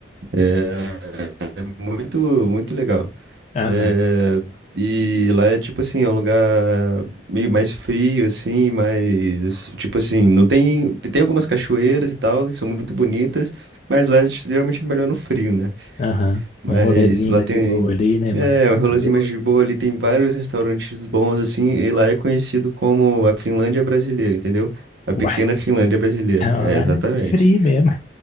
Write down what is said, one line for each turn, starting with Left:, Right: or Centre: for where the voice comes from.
Right: É muito, muito legal.
Left: Aham.
Right: É, e lá é tipo assim, é um lugar meio mais frio, assim, mas tipo assim, não tem. Tem algumas cachoeiras e tal, que são muito bonitas, mas lá é geralmente é melhor no frio, né?
Left: Aham.
Right: Mas
Left: Um rolezinho
Right: lá
Left: mais
Right: tem.
Left: de boa ali, né? Mais
Right: É, um rolezinho
Left: a dois.
Right: mais de boa ali, tem vários restaurantes bons, assim, e lá é conhecido como a Finlândia brasileira, entendeu? A
Left: Uai,
Right: pequena Finlândia
Left: <laughs>
Right: brasileira.
Left: vamos
Right: É,
Left: lá
Right: exatamente.
Left: no frio mesmo.